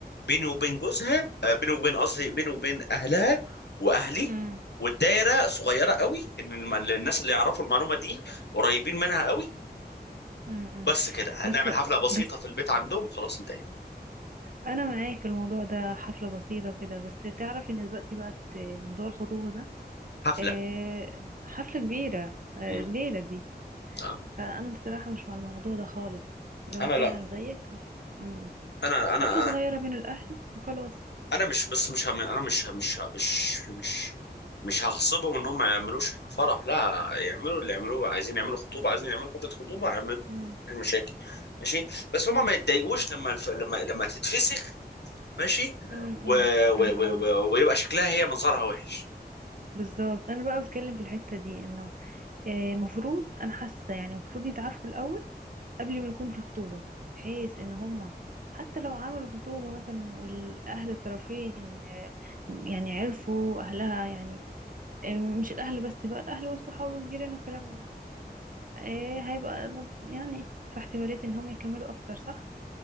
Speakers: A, on the left (about 80°); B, on the right (about 55°).
A: بيني وبين جوزها آه، بيني وبين قصدي بيني وبين اهلها واهلي
B: امم
A: والدايره صغيره قوي ان الم- الناس اللي يعرفوا المعلومه دي قريبين منها قوي
B: امم
A: بس كده هنعمل
B: بس
A: حفله بسيطه
B: بس
A: في البيت عندهم وخلاص انتهينا
B: انا معاك في الموضوع ده حفله بسيطه وكده بس تعرف ان دلوقتي بقت موضوع الخطوبه ده
A: حفله
B: آه، حفله كبيره آه،
A: مم.
B: الليله دي
A: آه.
B: فانا بصراحه مش مع الموضوع ده خالص اللي هو
A: انا
B: فعلا
A: لا
B: زيك امم.
A: انا
B: حفلة
A: انا
B: صغيرة بين الأهل وخلاص
A: انا مش بس مش هم... انا مش مش مش مش مش هغصبهم انهم ما يعملوش فرح لا يعملوا اللي يعملوه عايزين يعملوا خطوبه عايزين يعملوا حفله خطوبه اعملوا
B: امم
A: المشاكل ماشي بس هما ما يتضايقوش لما الف... لما لما تتفسخ ماشي
B: امم
A: و... و...
B: يبقى
A: و... و... ويبقى شكلها هي منظرها وحش
B: بالظبط أنا بقى بتكلم في الحتة دي إنه آه، مفروض أنا حاسة يعني مفروض يتعارفوا الأول قبل ما يكون في خطوبة بحيث إن هما حتى لو عملوا خطوبة مثلا والأهل الطرفين آه، يعني عرفوا أهلها يعني آه، مش الأهل بس بقى الأهل والصحاب والجيران والكلام من ده آه، هيبقى يعني في احتمالية إن هما يكملوا أكتر صح؟